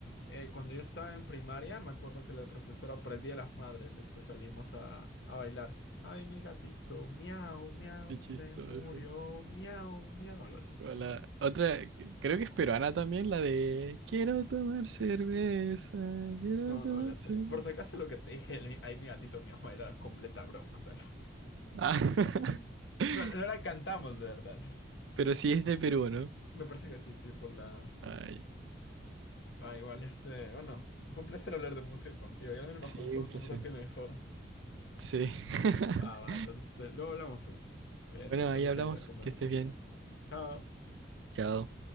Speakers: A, on the left; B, on the right.
A: Eh, cuando yo estaba en primaria, me acuerdo que la profesora para el Día de las Madres, este, salimos a, a bailar. Ay, mi gatito, miau, miau,
B: Qué chistoso.
A: se murió, miau, miau, algo así.
B: O La otra, que- creo que es peruana también, la de Quiero tomar cerveza, quiero
A: No,
B: tomar
A: no me la sé.
B: cerveza.
A: Por si acaso lo que te dije, el mi- ay, mi gatito, miau, <laughs> era completa broma. O sea,
B: Ah,
A: no,
B: <laughs>
A: no, no la cantamos de verdad.
B: pero sí es de Perú, ¿no?
A: Me parece que sí, sí, por la...
B: Ay,
A: Ah, igual, este, bueno, fue un placer hablar de música contigo. Y al menos
B: sí,
A: nos conocemos
B: un placer.
A: un toque mejor.
B: Sí. <laughs>
A: Va, va, entonces, este, luego hablamos, pues. Oye,
B: Bueno,
A: te me tengo
B: ahí hablamos.
A: que ir a comer.
B: Que estés bien.
A: cada
B: Chao.